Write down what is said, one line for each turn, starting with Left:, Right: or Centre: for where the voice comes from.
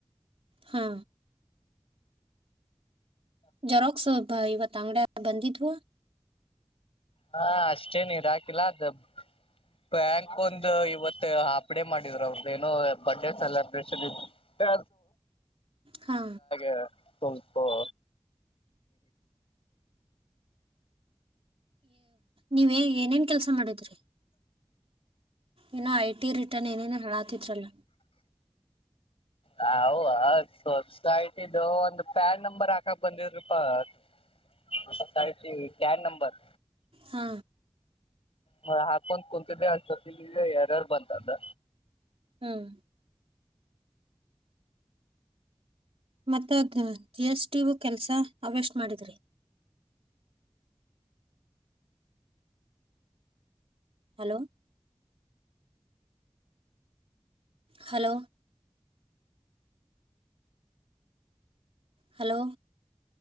Right: ಹಾ ಜರಕ್ಸಬ್ <inaudible> ಬಾ ಇವತ್ ಅಂಗಡ ಬಂದಿದ್ವ
Left: ಹಾ ಅಷ್ಟೇ ನೀರ್ ಹಾಕಿಲ್ಲ ಅದು ಬ್ಯಾಂಕ್ ಒಂದು ಇವತ್ತು ಹ <inaudible> ಡೆ ಮಾಡಿದ್ರ ಅವ್ರ್ದ ಏನೋ ಬರ್ಡೇ ಸೆಲೆಬ್ರೇಷನ್ ಇ ಎೆ
Right: ಹಾ
Left: <inaudible> <unintelligible> ಸಂಪ <unintelligible>
Right: ನೀವೇ ಏನೇನ್ ಕೆಲ್ಸ ಮಾಡಿದ್ರಿ. ಏನೋ ಐ ಟಿ ರಿಟರ್ನ್ ಏನೇನ ಹಾತಿದ್ರಲ್ಲ.
Left: ಹ ಸೊಸೈಟಿದು ಒಂದು ಪ್ಯಾನ್ ನಂಬರ್ ಹಾಕಕ್ ಬಂದಿದ್ರಿಪಾಸೈಟಿ ಪ್ಯಾನ್ ನಂಬರ್.
Right: ಹಾ
Left: ನ ಹಾಕೊಂತ ಕುೂಂತಿದ್ದೆ ಅಂದ್ಸತಿ ಯಾರಾರ್ ಬಂತ ಅದ್.
Right: ಹ್ಮ್ ಮತ್ತ ಅದ್ ಜಿ ಎಸ್ ಟಿು ಕೆಲ್ಸ ಅವ್ಯ ಎಷ್ಟ್ ಮಾಡಿದ್ರಿ. ಹಲೋ ಹಲೋ ಹಲೋ